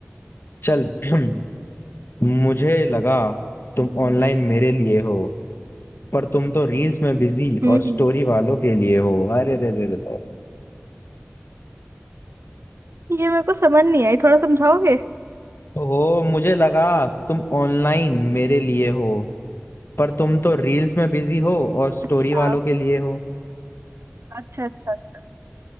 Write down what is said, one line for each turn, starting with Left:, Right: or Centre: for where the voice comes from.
Left: चल <clears throat> मुझे लगा तुम ऑनलाइन मेरे लिए हो पर तुम तो रील्स में बिजी
Right: हम्म
Left: और स्टोरी वालों के लिए हो अरे रे रे रे
Right: ये मेरे को समझ नहीं आई थोड़ा समझाओगे
Left: ओह मुझे लगा तुम ऑनलाइन मेरे लिए हो पर तुम तो रील्स में बिजी हो और स्टोरी
Right: अच्छा
Left: वालों के लिए हो
Right: अच्छा अच्छा अच्छा